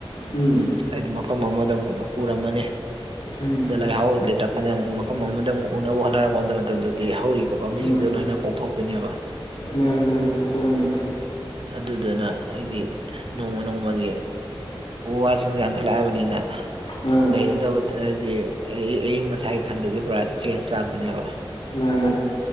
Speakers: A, on the left (about 70°); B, on the right (about 70°).
A: ꯎꯝ
B: ꯍꯥꯏꯗꯤ ꯃꯐꯝ ꯑꯃꯗ ꯑꯃꯨꯛ ꯎꯔꯝꯃꯅꯤ
A: ꯎꯝ
B: ꯑꯗꯣ ꯂꯩꯍꯥꯎ ꯂꯩꯇ꯭ꯔꯀꯥꯟꯗ ꯑꯃꯨꯛ ꯃꯐꯝ ꯑꯃꯗ ꯑꯃꯨꯛ ꯎꯅꯕ ꯍꯣꯠꯅꯔꯛꯄꯗ ꯃꯇꯝꯗꯗꯤ ꯍꯧꯔꯤꯕ ꯄꯥꯝꯕꯤꯁꯤꯡꯗꯨꯣ
A: ꯃꯥ
B: ꯅꯣꯏꯅ ꯀꯣꯡꯊꯣꯛꯄꯤꯅꯦꯕ
A: ꯃꯥꯅꯦ ꯃꯥꯅꯦꯄꯅꯤ
B: ꯑꯗꯨꯗꯨꯅ ꯍꯥꯏꯗꯤ ꯅꯣꯡꯃ ꯅꯣꯡꯃꯒꯤ ꯎ ꯋꯥꯁꯤꯡ ꯌꯥꯟꯊꯠꯂꯛꯑꯕꯅꯤꯅ
A: ꯎꯝ
B: ꯂꯩꯒꯗꯕ ꯍꯥꯏꯗꯤ ꯑꯩ ꯑꯌꯤꯡ ꯑꯁꯥꯒꯤ ꯈꯟꯗꯗꯤ ꯄꯨꯔꯥ ꯆꯦꯟꯖ ꯂꯥꯛꯄꯅꯦꯕ
A: ꯂ